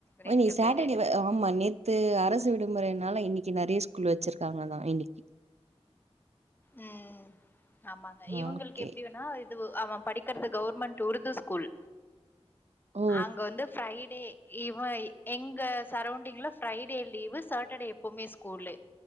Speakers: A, on the right; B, on the left.
A: ஒ
B: ரெண்டு
A: நீ சாட்டடேவ
B: பேரு
A: ஆமா நேத்து அரசு விடுமுறைனால இன்னைக்கு நெறைய ஸ்கூல் வச்சிருக்காங்க தா இன்னைக்கி
B: ம் ஆமாங்க
A: ஆ
B: இவங்களுக்கு
A: ஓகே
B: எப்டி வேணா து அவ படிக்கிறது கவர்மெண்ட் உருது ஸ்கூல்
A: ஓ
B: அங்க வந்து ஃப்ரைடே இவ எங்க சரௌண்டிங்ல ஃப்ரைடே லீவு சேட்டடே எப்போமே ஸ்கூலு